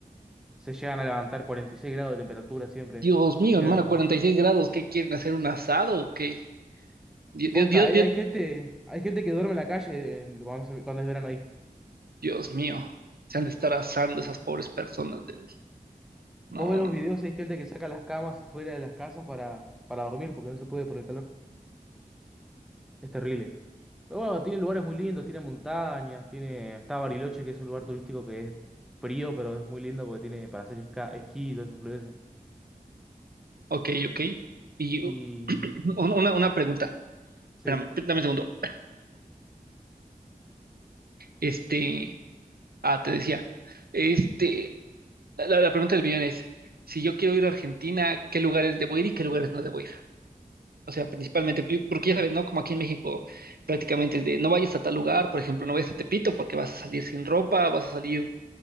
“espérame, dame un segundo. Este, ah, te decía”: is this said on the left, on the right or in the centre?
Right